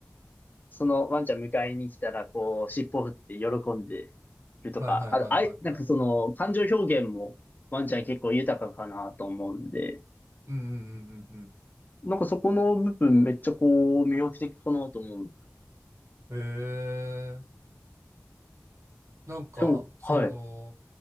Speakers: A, on the left; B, on the right.
A: そのワンちゃん迎えに来たら、こう、尻尾振って喜んでるとか、
B: はいはいはいはいはい。
A: あ、あい、なんかその、感情表現もワンちゃん結構豊かかなと思うんで、
B: うんうんうんうん
A: なんかそこの部分めっちゃこう、魅力的かなと思うん
B: うん。えー、なんか、
A: でも、
B: その、
A: はい、